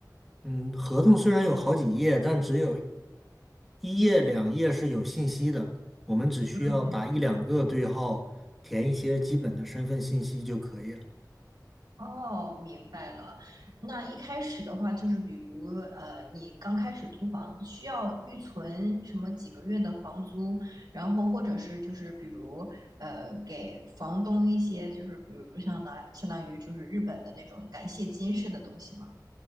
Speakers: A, in the centre; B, on the right.
A: 嗯，合同虽然有好几页，但只有一页两页是有信息的，我们只需要打一两个对号，
B: 嗯嗯。
A: 填一些基本的身份信息就可以了。
B: 哦，明白了。那一开始的话，就是比如呃，你刚开始租房需要预存什么几个月的房租，然后或者是就是比如呃，给房东一些就是比如像拿相当于就是日本的那种感谢金似的东西吗？